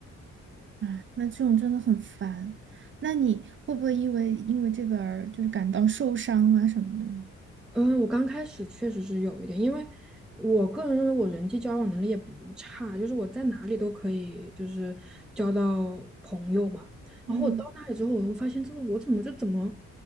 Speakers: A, on the right; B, in the centre.
A: 哎，那这种真的很烦。那你会不会因为因为这个而就是感到受伤啊什么的呢
B: 嗯，我刚开始确实是有一点，因为我个人认为我人际交往能力也不差，就是我在哪里都可以，就是交到朋友嘛。
A: 嗯，
B: 然后我到那里之后，我会发现这个我怎么就怎么